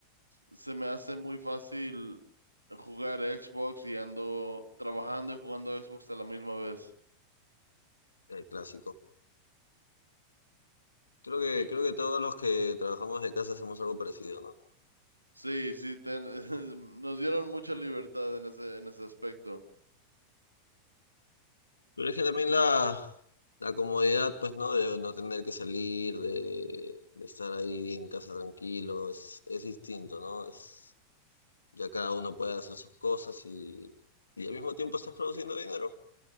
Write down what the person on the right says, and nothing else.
se me hace muy fácil jugar Xbox y ando trabajando y jugando Xbox a la misma vez.
Y-
sí, sí, ten- <laughs> nos dieron mucha libertad en ese, en ese aspecto.